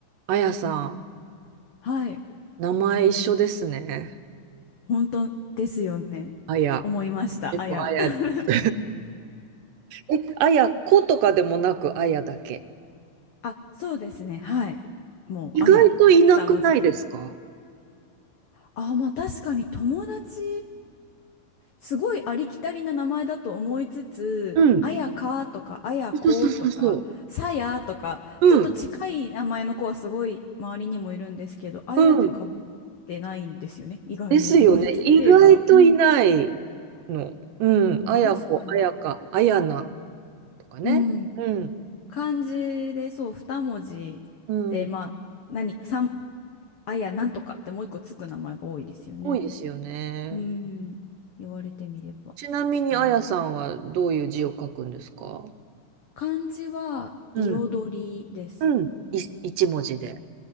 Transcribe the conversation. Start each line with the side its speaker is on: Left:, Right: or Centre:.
Right: あやさん、
Left: はい。
Right: 名前一緒ですね。
Left: 本当ですよね。
Right: あや。
Left: 思いました。
Right: でもあやです。
Left: あや。<laughs>
Right: <laughs> え、あや、子とかでもなくあやだけ。
Left: あ、そうですね。はい。もう、
Right: 意外といなくないですか
Left: あや。二文字です。あ、まあ確かに友達、すごいありきたりな名前だと思いつつ、
Right: うん。
Left: あやかとか、あやことか、
Right: そうそうそうそ
Left: さやとか、
Right: う。
Left: ちょっと近い名前の子はすごい周りにもいるんですけど、
Right: うん。
Left: あやでかぶってないんですよね。
Right: うん。
Left: 意外に言われてみれば。
Right: ですよね。意外といない
Left: うん。
Right: の。うん。あやこ、
Left: 確かに。
Right: あやか、あやなとかね。
Left: うん。
Right: うん。
Left: 漢字でそう2文字でまあ何か三
Right: うん。
Left: あいやなんとかってもう一個つく名前が多いですよね。
Right: 多いですよね。
Left: うん、言われてみれば確かに。
Right: ちなみにあやさんはどういう字を書くんですか
Left: 漢字は彩りです。
Right: うん。うん。い、一文字で。